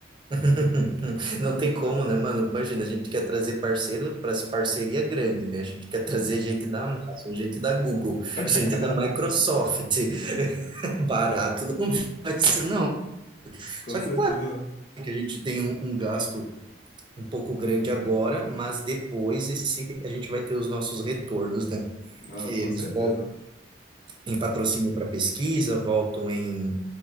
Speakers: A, on the right; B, on the left.
A: <laughs> Não tem como, né, mano? Imagina, a gente quer trazer parceiro para parceria grande, né? A gente quer trazer gente da Amazon, gente da Google,
B: <laughs>
A: gente da Microsoft. <laughs> Barato não vai ser, não.
B: Com
A: Só que,
B: certeza.
A: claro, que a gente tem um, um gasto um pouco grande agora, mas depois esse, a gente vai ter os nossos retornos, né?
B: Ah,
A: Que eles
B: com certeza.
A: voltam em patrocínio para pesquisa, voltam em,